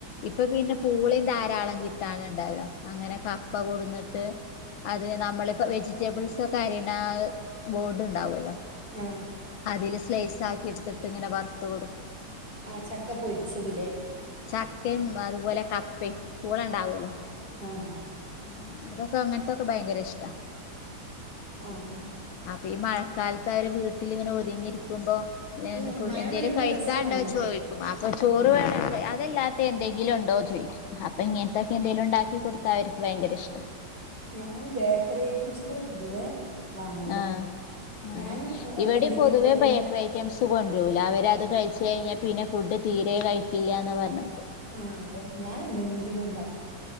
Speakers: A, on the left; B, on the right.
A: ഇപ്പൊ പിന്നെ പൂള ധാരാളം കിട്ടാന്ണ്ടായീണ് അങ്ങനെ കപ്പ കൊടന്ന്ട്ട് അത് നമ്മളിപ്പോ വെജിറ്റബിൾ സൊക്കരിണ ആ ബോഡ് ണ്ടാവൊല്ലോ
B: ആഹ്
A: അതില് സ്ലൈസാക്കിട്ത്ത്ട്ട് ങ്ങനെ വറ്ത്ത കൊടുക്കും.
B: ആഹ് ചക്ക പൊരിച്ചത് ലെ
A: ചക്കിം അത്പോലെ കപ്പിം പൂള ണ്ടാവല്ലോ.
B: ഉം
A: ഉം ഉം ഇതൊക്കെ അങ്ങൻത്തൊക്കെ ഭയങ്കരിഷ്ടാ
B: ആഹ്
A: അപ്പൊ ഈ മഴക്കാലത്ത് അവര് വീട്ടിലിങ്ങനെ ഒതുങ്ങിയിരിക്കുമ്പോ ഏന്
B: അല്ല
A: ഫു
B: മഴ
A: എന്തേലും
B: പെയ്യുമ്പോ
A: കഴിക്കാണ്ടോ
B: രസമാണ് ഒക്കെ
A: ചോയ്ക്കും അപ്പൊ ചോറ്
B: ഉം
A: വേണങ്കി അതല്ലാ എന്തെങ്കിലുണ്ടോ ചോയ്ക്കും അപ്പ ഇങ്ങൻത്തെക്കെന്തെലുണ്ടാക്കി കൊട്ത്താ അവര്ക്ക് ഭയങ്കരിഷ്ട.
B: ഞങ്ങളയ്‌ന് ബേക്കറി ഐറ്റംസ്കള് പൊതുവേ വാങ്ങൂല
A: ആഹ് ഉം
B: ഞാനും ഒക്കെ
A: ഇവടിം
B: എന്തെങ്കിലും
A: പൊതുവേ
B: വൈകുന്നേരം
A: ബേക്കറി ഐറ്റംസ് <unintelligible> കൊണ്ട്രൂല അവരത് കഴിച്ച കഴിഞ്ഞാ പിന്നെ ഫുഡ് തീരെ കഴിക്കൂല്ലന്നാ പർഞ്ഞിട്ട്
B: പറയും. ആഹ് അതെൻ ഞാനെന്തെങ്കിലുണ്ടാ